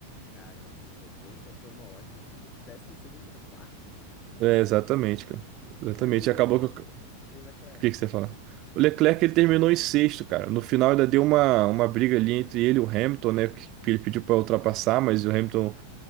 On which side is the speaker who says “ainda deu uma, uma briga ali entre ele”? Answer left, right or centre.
Right